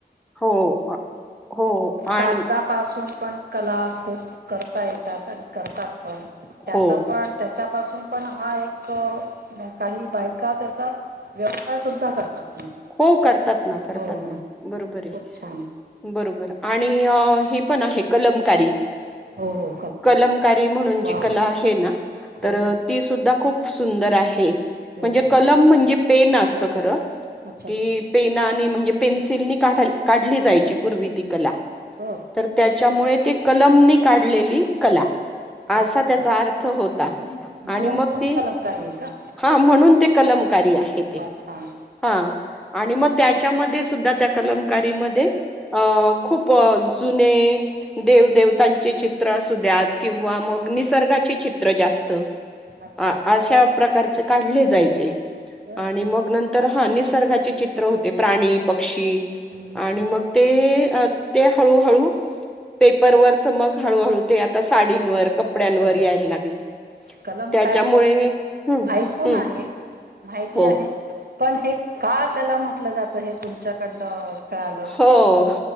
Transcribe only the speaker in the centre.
हो. हो आणि
हो
हो करतात ना करतात
ना बरोबर आहे
बरोबर. आणि हे पण आहे कलमकारी.
कलमकारी म्हणून जी
कला आहे ना
तर.
ती सुद्धा खूप सुंदर आहे म्हणजे
कलम म्हणजे पेन असत खरं.
कि
पेनानी म्हणजे पेन्सिल काढली जायची पूर्वी ती कला
तर त्याच्यामुळे ते कलमनी काढलेली कला. असा
त्याचा अर्थ होता
आणि मग
ती
हा म्हणून ते कलमकारी आहे ते
हा आणि मग त्याच्यामध्ये सुद्धा त्या कलमकारीमध्ये. अ खूप जुने देव देवतांचे चित्र असु द्यात किंवा मग निसर्गाचे चित्र जास्त
अशा प्रकारचे काढले जायचे.
आणि
मग नंतर हा निसर्गाचे चित्र होते प्राणी. पक्षी
आणि
मग ते ते हळूहळू पेपरवर च मग हळूहळू ते आता साडींवर कपड्यांवर
यायला लागलं.
त्याच्यामुळे हम्म
हम्म
हो
हो.